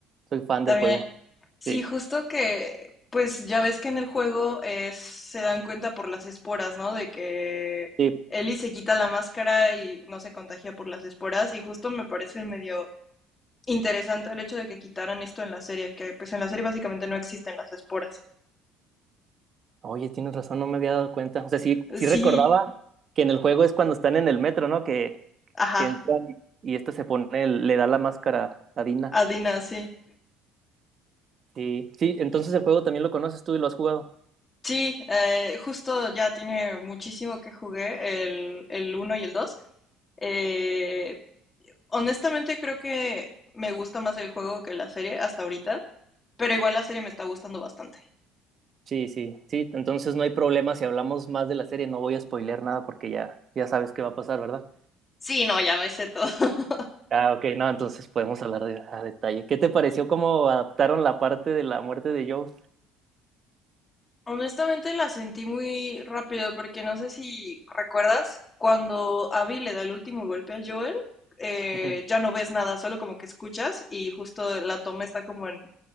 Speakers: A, on the right; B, on the left.
A: Soy fan
B: También,
A: del juego.
B: sí,
A: Sí.
B: justo que, pues ya ves que en el juego es- se dan cuenta por las esporas, ¿no? De que
A: Sí.
B: Ellie se quita la máscara y no se contagia por las esporas. Y justo me parece medio interesante el hecho de que quitaran esto en la serie, que pues en la serie básicamente no existen las esporas.
A: Oye, tienes razón, no me había dado cuenta. O sea, sí, sí
B: Sí,
A: recordaba que en el juego es cuando están en el metro, ¿no? Que,
B: ajá,
A: que entran y este se pone, el- le da la máscara a Dina.
B: Adina, sí.
A: Sí. Sí, entonces el juego también lo conoces tú y lo has jugado.
B: Sí, eh, justo ya tiene muchísimo que jugué, el, el uno y el dos eh, Honestamente creo que me gusta más el juego que la serie hasta ahorita, pero igual la serie me está gustando bastante.
A: Sí, sí, sí, entonces no hay problema si hablamos más de la serie, no voy a spoilear nada porque ya, ya sabes qué va a pasar, ¿verdad?
B: Sí, no, ya me sé todo. <laughs>
A: Ah, ok, no, entonces podemos hablar de, a detalle. ¿Qué te pareció cómo adaptaron la parte de la muerte de Joe?
B: Honestamente la sentí muy rápido porque no sé si recuerdas cuando Abby le da el último golpe a Joel, eh,
A: Ujú. <laughs>
B: ya no ves nada, solo como que escuchas y justo la toma está como en,